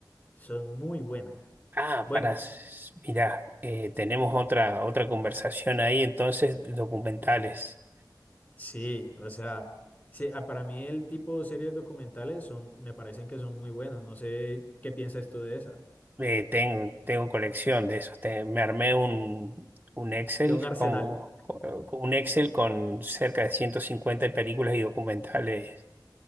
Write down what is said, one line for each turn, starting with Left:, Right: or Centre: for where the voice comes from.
Left: Son muy buenas.
Right: Ah,
Left: Bueno,
Right: pará, s- mirá, eh, tenemos otra, otra conversación ahí, entonces, documentales.
Left: sí, o sea, sí, ah, para mí el tipo de series documentales son, me parecen que son muy buenas. No sé qué piensas tú de esas.
Right: Eh, ten- tengo colección de esos. Te- me armé un, un Excel
Left: De un Arsenal.
Right: como co- un Excel con cerca de 150 películas y documentales